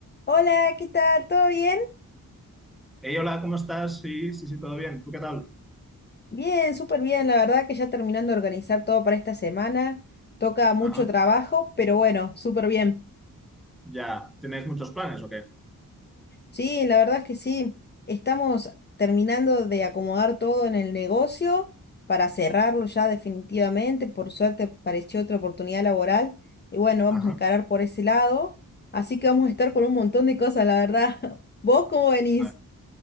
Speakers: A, on the left (about 30°); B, in the centre.
A: Hola, ¿qué tal? ¿Todo bien?
B: Hey, hola, ¿cómo estás? Sí, sí, sí, todo bien. ¿Tú qué tal?
A: Bien, súper bien. La verdad que ya terminando de organizar todo para esta semana. Toca mucho
B: Ajá,
A: trabajo, pero bueno, súper bien.
B: ya. ¿Tenéis muchos planes o qué?
A: Sí, la verdad es que sí. Estamos terminando de acomodar todo en el negocio para cerrarlo ya definitivamente. Por suerte apareció otra oportunidad laboral y bueno, vamos
B: Ajá.
A: a encarar por ese lado. Así que vamos a estar
B: Bueno,
A: con un montón de cosas, la verdad. <laughs> ¿Vos cómo venís?
B: vale.